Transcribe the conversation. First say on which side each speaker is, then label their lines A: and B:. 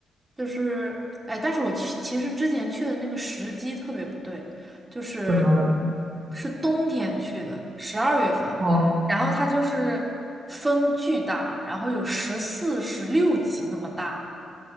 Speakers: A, on the right; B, on the right.
A: 就是，哎，但是我去，其实之前去的那个时机特别不对，就是
B: 怎么了？
A: 是冬天去的，十二月份，
B: 哦，
A: 然后它就是风巨大，然后有十四、十六级那么大。